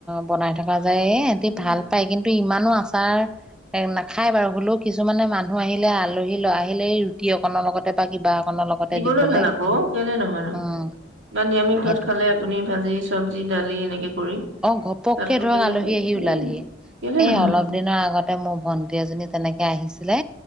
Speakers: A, in the centre; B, on the right (about 85°).
A: বনাই থকা যায় এ হেটি
B: উম
A: ভাল পাই কিন্তু ইমানো আ, আচাৰ এ নাখায় বাৰু হ'লেও কিছুমানে মানুহ আহিলে আলহী আহিলে এই ৰুটি অকনৰ লগতে বা কিবা, অকনৰ লগতে
B: দিবলৈ
A: দিবলে
B: ভাল আকৌ কেলে নহয় ন
A: উম,
B: ইমান নিৰামিষ
A: সেইটো
B: ভাত খালে আপুনি ভাজি চব্জি দালি এনেকে কৰি,
A: অ ঘপককে
B: তাতো
A: ধৰক
B: তুমি
A: আলহী আহি
B: উম
A: ওলালহি
B: কেলে
A: এই
B: নহয়
A: অলপ দিনৰ আগতে মোৰ ভন্টি এজনী, তেনেকে আহিছিলে,